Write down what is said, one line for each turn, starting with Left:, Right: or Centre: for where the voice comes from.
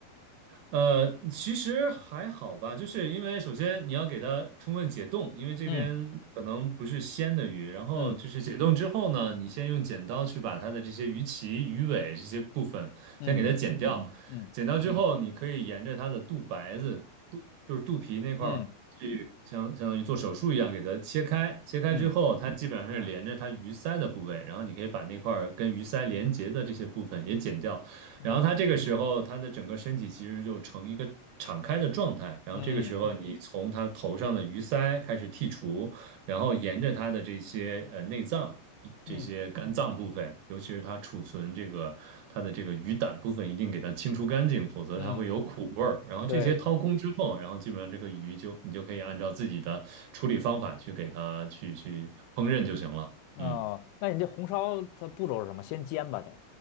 Right: 呃，其实还好吧，就是因为首先你要给它充分解冻，因为这边可能不是鲜的鱼，
Left: 嗯
Right: 然后就是解冻之后呢，
Left: 嗯
Right: 你先用剪刀去把它的这些鱼鳍、鱼尾这些部分先给它剪掉，
Left: 嗯
Right: 嗯剪掉之嗯后，
Left: 嗯
Right: 你可以沿着它的肚白子、肚就是肚皮那块儿去相相当于做手术一样给它切开，
Left: 嗯
Right: 切开之后，
Left: 嗯嗯
Right: 它嗯基本上是连着它鱼鳃的部位，然后你可以把那块儿跟鱼鳃连接的这些部分也剪掉。
Left: 嗯。
Right: 然后他这个时候他的整个身体其实就呈一个敞开的状态，然后这个时候你嗯从他头上的鱼鳃开始剔除，
Left: 嗯
Right: 然后沿着他的这些呃内脏。一这些肝脏部分，
Left: 嗯
Right: 尤其是它储存这个它的这个鱼胆部分，一定给它清除干净，否则它会有苦味儿。
Left: 嗯，
Right: 然后这些掏空嗯之后，
Left: 对对，
Right: 然后基本上这个鱼就你就可以按照自己的处理方法去给它去去烹饪就行了。
Left: 哦，
Right: 嗯。
Left: 那你这红烧它步骤是什么？先煎吧，得